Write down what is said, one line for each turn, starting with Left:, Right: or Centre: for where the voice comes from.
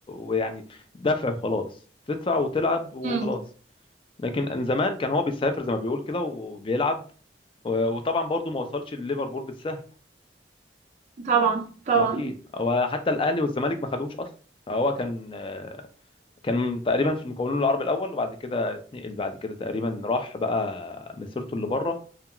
Left: ويعني دفع وخلاص تدفع وتلعب وخلاص
Right: امم
Left: لكن من زمان كان هو بيسافر زي ما بيقول كده وبيلعب و... وطبعا برضو ما وصلش لليفربول بالسهل
Right: طبعا طبعا
Left: اه اكيد هو حتى الاهلي والزمالك ما خدوش اصلا فهو كان آه، كان تقريبا في المكونين العرب الاول وبعد كده اتنقل بعد كده تقريبا راح بقى مسيرته اللي بره